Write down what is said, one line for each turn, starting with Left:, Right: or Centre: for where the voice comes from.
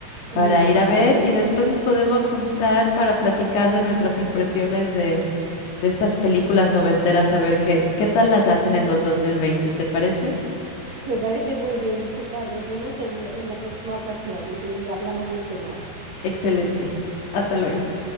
Right: muy
Left: para
Right: bien.
Left: ir a ver y después nos podemos juntar para platicar de nuestras impresiones de, de estas películas noventeras, a ver qué, qué tal las hacen en los 2020. ¿Te parece?
Right: Me parece muy bien, chica. Nos vemos en, en la próxima ocasión y, te- y hablamos del tema.
Left: Excelente. Hasta luego.